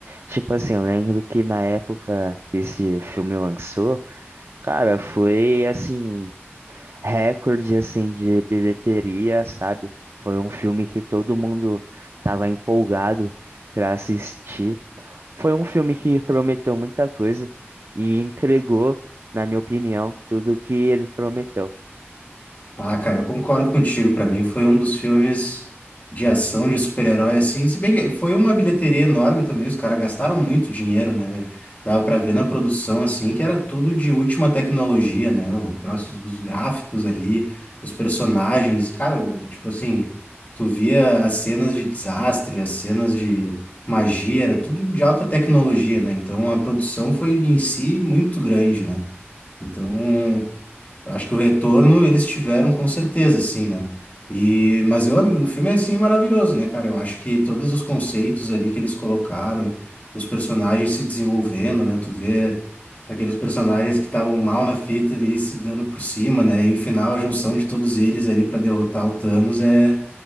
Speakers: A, on the right; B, on the left.
A: Tipo assim, eu lembro que na época que esse filme lançou, cara, foi assim. recorde assim de bilheteria, sabe? Foi um filme que todo mundo tava empolgado para assistir. Foi um filme que prometeu muita coisa e entregou, na minha opinião, tudo o que ele prometeu.
B: Ah, cara, eu concordo contigo. Pra mim foi um dos filmes de ação de super-herói, assim. Se bem que foi uma bilheteria enorme também, os caras gastaram muito dinheiro, né, velho? Dava pra ver na produção, assim, que era tudo de última tecnologia, né? O próximo, os gráficos ali, os personagens. Cara, o- tipo assim, tu via as cenas de desastre, as cenas de magia, era tudo de alta tecnologia, né? Então a produção foi em si muito grande, né? Então. Acho que o retorno eles tiveram com certeza, assim, né? E, mas eu, o filme é, assim, maravilhoso, né, cara? Eu acho que todos os conceitos ali que eles colocaram, os personagens se desenvolvendo, né? Tu vê aqueles personagens que estavam mal na fita ali se dando por cima, né? E o final, a junção de todos eles ali para derrotar o Thanos é...